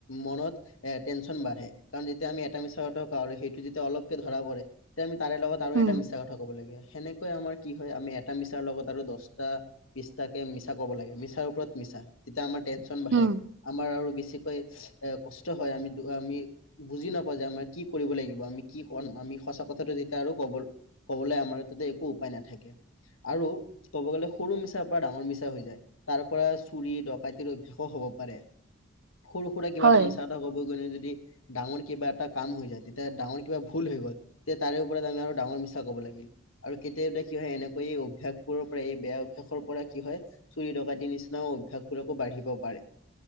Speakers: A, on the left; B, on the right.
A: মনত এটেনশ্যন বাঢ়ে কাৰণ যেতিয়া আমি এটা মিছা কথা কওঁ আৰু সেইটো যেতিয়া অলপকে ধৰা পৰে তেতিয়া আ তাৰে লগত আৰু
B: উম,
A: এটা মিছা কথা ক'ব লাগে। সেনেকৈ আমাৰ কি হয় আমি এটা মিছাৰ লগত আৰু দছটা বিছটাকে মিছ <unintelligible> কব লাগে মিছাৰ ওপৰত মিছা তেতিয়া আমাৰ টেনচন বাঢ়ে
B: উম,
A: আমাৰ আৰু বেছি বেছিকৈ এ কষ্ট হয় আমি আমি বুজি নাপাওঁ যে আমাৰ কি কৰিব লাগিব আমি কি কম আমি সঁচা কথাটো তেতিয়া আৰু কব কবলে আমাৰ তাতে একো উপায় নাথাকে আৰু ক'ব গ'লে সৰু মিছাৰ পৰা ডাঙৰ মিছা <unintelligible> হৈ যায় তাৰ পৰা চুৰি ডকাইতিৰ অভ্যাসো হ'ব পাৰে। সৰু সুৰা কিবা
B: হয়,
A: এটা মিছা কথা ক'ব গ'লে য দি ডাঙৰ কিবা এটা কাম হৈ যায় তেতিয়া ডাঙৰ কিবা ভূল হৈ গ'ল। তে তাৰে ওপৰত আমি আৰু ডাঙৰ মিছা ক'ব লাগিল আৰু কেতিয়াবা কি হয় এনেকুৱা এই অভ্যাসবোৰৰ পৰা এই বেয়া অভ্যাসৰ পৰা কি হয় চুৰি ডকাইতি নিচিনাও অভ্যাসবোৰকো বাঢ়িব পাৰে।